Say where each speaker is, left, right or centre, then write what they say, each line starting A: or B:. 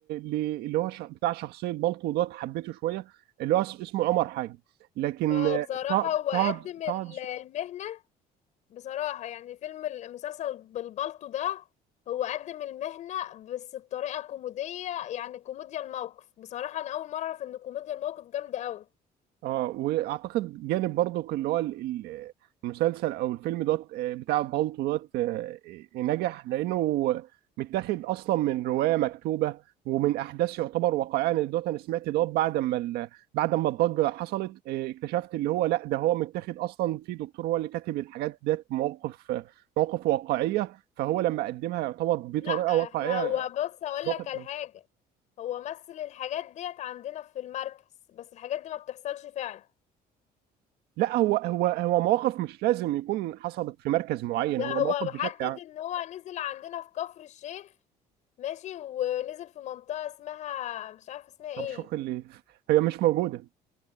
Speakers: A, on the right; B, on the left.
A: ل- اللي هو ش- بتاع شخصيه بالطو دوت حبيته شويه اللي هو اس- اسمه عمر حاجه لكن
B: اه
A: آه،
B: بصراحة
A: طه
B: هو قدم
A: طه
B: ال-
A: طه
B: المهنة بصراحة يعني فيلم المسلسل بالبلطو ده هو قدم المهنة بس بطريقة كوميدية يعني كوميديا الموقف بصراحة أنا أول مرة أعرف إن كوميديا الموقف جامدة أوي
A: اه واعتقد جانب برضو اللي هو ال- ال- المسلسل او الفيلم دوت آه، بتاع بالطو دوت آه، آه، نجح لانه متاخد اصلا من روايه مكتوبه ومن احداث يعتبر واقعيه انا دوت انا سمعت دوت بعد ما ال- بعد ما الضجه حصلت آه، اكتشفت اللي هو لا ده هو متاخد اصلا في دكتور هو اللي كاتب الحاجات ديت مواقف آه، مواقف واقعيه فهو لما قدمها يعتبر بطريقه
B: لا
A: واقعيه
B: احنا هو بص هقولك
A: ضافت
B: على
A: لنا.
B: حاجة هو مثل الحاجات ديت عندنا في المركز بس الحاجات دي ما بتحصلش فعلا
A: لا هو هو هو مواقف مش لازم يكون حصلت في مركز معين
B: لا
A: هو
B: هو
A: مواقف بشكل
B: محدد
A: عام
B: ان هو نزل عندنا في كفر الشيخ ماشي ونزل في منطقة اسمها مش عارفة اسمها ايه
A: ترشوخ اللي هي مش موجودة